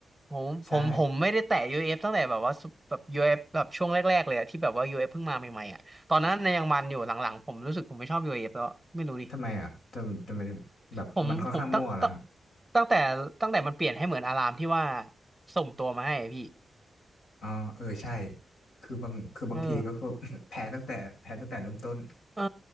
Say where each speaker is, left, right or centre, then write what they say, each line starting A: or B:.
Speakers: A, in the centre; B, on the left (about 80°).
A: ผมผมผมไม่ได้แตะยูเอฟตั้งแต่แบบว่าซุปแบบ
B: ใช่
A: UF แบบช่วงแรกๆเลยอะที่แบบว่า UF เอฟเพิ่งมาใหม่ๆอ่ะตอนนั้นในยยังมันอยู่หลังๆผมรู้สึกผมไม่ชอบ UF แล้วไม่รู้ดิ
B: ทำไมอ่ะทำทำไมถึงแบบมันค่อนข้างมั่วเหรอฮะ
A: ผมผมตั้งตั้งตั้งแต่ตั้งแต่มันเปลี่ยนให้เหมือนอารามที่ว่าส่งตัวมาให้อะพี่
B: อ๋อเออ ใช่ คือบางคือบางทีก็คือ
A: เออ
B: <laughs> แพ้ตั้งแต่แพ้ตั้งแต่เริ่มต้น
A: เออ